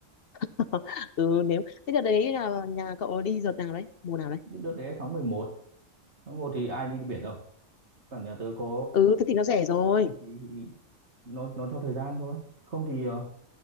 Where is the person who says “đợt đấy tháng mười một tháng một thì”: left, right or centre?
Right